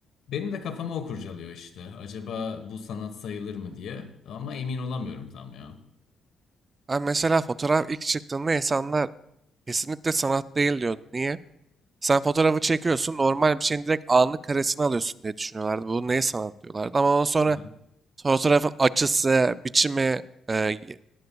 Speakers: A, on the left; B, on the right.
A: Benim de kafama o kurcalıyor işte. Acaba bu sanat sayılır mı diye. Ama emin olamıyorum tam ya.
B: Ben mesela fotoğraf ilk çıktığında insanlar kesinlikle sanat değil diyordu. Niye? Sen fotoğrafı çekiyorsun, normal bir şeyin direkt anlık karesini alıyorsun diye düşünüyorlardı. Bu neye sanat diyorlardı. Ama ondan sonra
A: Aha.
B: fotoğrafın açısı, biçimi, e, y-